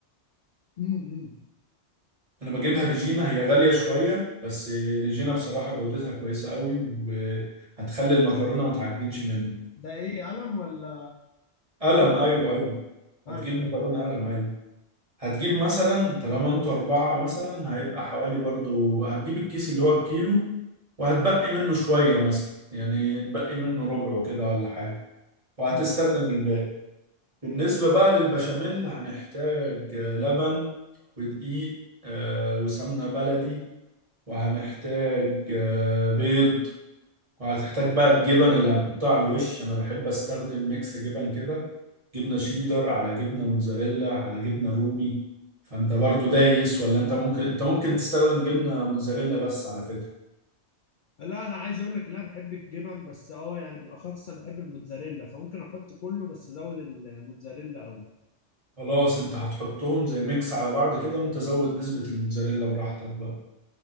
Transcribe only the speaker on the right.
انا بجيبها ريجينا هي غالية شوية بس ريجينا بصراحة جودتها كويسة قوي وهتخلي المكرونة ما تعجنش منه
قلم
ايوه
ايوه هتجيب
مكرونة
قلم ايوه هتجيب مثلا طالما انتوا اربعة مثلا هيبقى حوالي برضو هتجيب الكيس اللي هو الكيلو وهتبقي منه شوية مثلا يعني تبقي منه ربعه كده ولا حاجة وهتستخدم
الباقي بالنسبة بقى للبشاميل هنحتاج لبن ودقيق آه، وسمنة بلدي وهنحتاج آه، بيض وهتحتاج بقى الجبن اللي هنحطها على الوش انا بحب استخدم ميكس جبن كده جبنه شيدر على جبنه موتزاريلا على جبنه رومي فانت برضو دايس ولا انت ممكن انت ممكن تستخدم جبنه موتزاريلا بس على فكره
خلاص انت هتحطهم زي ميكس على بعض كده وانت زود نسبه الموتزاريلا براحتك بقى